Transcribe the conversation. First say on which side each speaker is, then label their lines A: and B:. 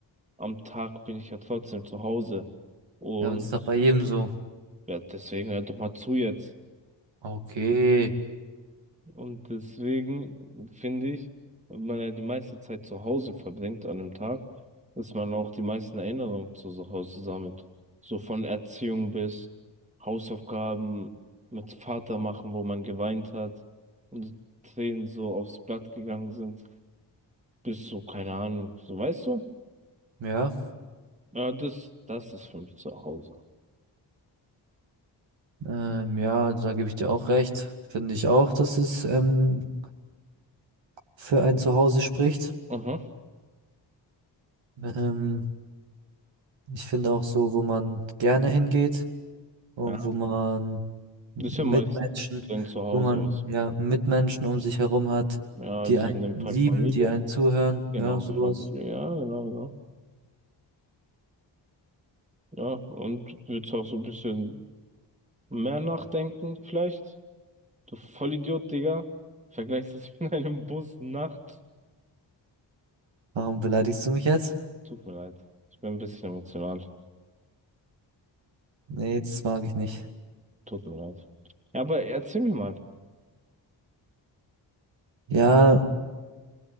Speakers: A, on the right (about 15°); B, on the right (about 80°).
A: am Tag bin ich ja trotzdem zu Hause. Und
B: Ja, aber das ist doch bei jedem so.
A: ja, deswegen hör doch mal zu jetzt.
B: Okay,
A: Und deswegen finde ich, wenn man ja die meiste Zeit zu Hause verbringt an einem Tag, dass man auch die meisten Erinnerungen zu so Hause sammelt. So von Erziehung bis Hausaufgaben mit Vater machen, wo man geweint hat und die Tränen so aufs Blatt gegangen sind, bis so, keine Ahnung, so weißt du?
B: ja,
A: Ja, das, das ist für mich zu Hause.
B: ähm, ja, da gebe ich dir auch recht. Finde ich auch, dass es ähm, für ein Zuhause spricht.
A: Mhm.
B: Ähm, Ich finde auch so, wo man gerne hingeht und
A: Ja.
B: wo man Mitmenschen,
A: Das ist ja meist dein Zuhause,
B: wo Ja. man
A: weißt du?
B: ja Mitmenschen um sich herum hat,
A: Ja, also
B: die einen
A: in dem
B: lieben,
A: Fall Familie.
B: die einen zuhören,
A: Genau,
B: ja, sowas.
A: Familie, ja, genau, genau. Ja, und würdest auch so ein bisschen mehr nachdenken, vielleicht? Du Vollidiot, Digga. Vergleichst das mit <laughs> einem Bus nachts.
B: Warum beleidigst du mich jetzt?
A: Tut mir leid. Ich bin ein bisschen emotional.
B: Nee, das mag ich nicht.
A: Tut mir leid. Ja, aber erzähl mir mal.
B: Ja,